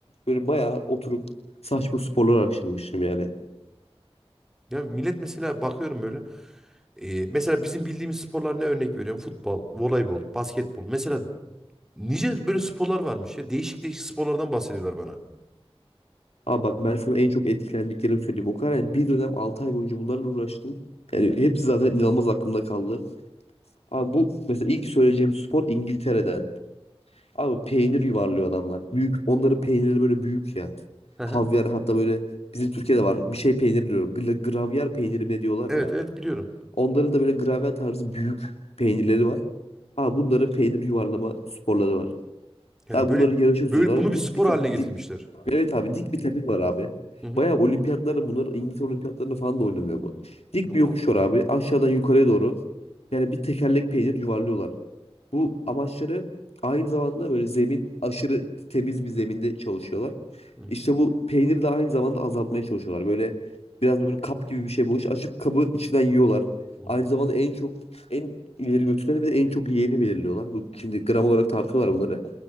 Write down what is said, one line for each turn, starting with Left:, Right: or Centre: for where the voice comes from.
Left: böyle bayağı oturup saçma sporları araştırmıştım yani.
Centre: Ya millet mesela bakıyorum böyle. e, mesela bizim bildiğimiz sporlar ne örnek veriyorum? Futbol, voleybol, basketbol. Mesela nice böyle sporlar varmış ya. Değişik değişik sporlardan bahsediyorlar bana.
Left: Abi bak ben sana en çok etkilendiklerimi söyleyeyim. O kadar yani bir dönem 6 ay boyunca bunlarla uğraştım. Yani
Centre: Hı hı.
Left: hepsi zaten inanılmaz aklımda kaldı. Abi bu mesela ilk söyleyeceğim spor İngiltere'den. Abi peynir yuvarlıyor adamlar. Büyük onların peynirleri böyle büyük ya.
Centre: Hı hı.
Left: Havyar hatta böyle bizim Türkiye'de var. Bir şey peynir diyorum. Gla- Gravyer peyniri mi ne diyorlar
Centre: Evet
Left: ya abi.
Centre: evet biliyorum.
Left: Onların da böyle gravyer tarzı büyük peynirleri var. Abi bunların peynir yuvarlama sporları var.
Centre: Yani
Left: Abi
Centre: böyle,
Left: bunları yarışa düzüyorlar.
Centre: böyle bunu bir
Left: Dik
Centre: spor
Left: bir tepe,
Centre: haline getirmişler.
Left: Evet abi dik bir tepe var abi.
Centre: Hı hı.
Left: Bayağı olimpiyatlarda bunlar İngiltere olimpiyatlarında falan da oynanıyor bu. Dik
Centre: Yok
Left: bir yokuş
Centre: artık
Left: var abi.
Centre: ya.
Left: Aşağıdan yukarıya doğru. Yani bir tekerlek peynir yuvarlıyorlar. Bu amaçları aynı zamanda böyle zemin aşırı temiz bir zeminde çalışıyorlar.
Centre: Hı hı.
Left: İşte bu peyniri de aynı zamanda azaltmaya çalışıyorlar. Böyle biraz böyle kap gibi bir şey bu. İşte açıp kabı içinden yiyorlar.
Centre: Hı hı.
Left: Aynı zamanda en çok en ileri götüreni bir de en çok yiyeni belirliyorlar. Bu şimdi gram olarak tartıyorlar bunları.